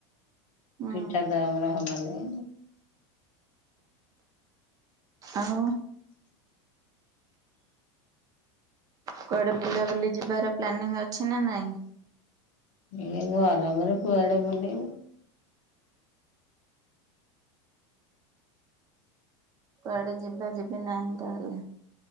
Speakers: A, on the right; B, on the left.
A: ହୁଁ
B: ପିଠା ତ ଆମର ହବନି।
A: ଆଉ। କୁଆଡେ ବୁଲାବୁଲି ଯିବାର ପ୍ଲାନିଂ ଅଛି ନା ନାଇଁ।
B: ଏ ଗରମ ରେ କୁଆଡେ ବୁଲିବୁ।
A: କୁଆଡେ ଯିବା ଯିବି ନାହିଁ ତାହେଲେ।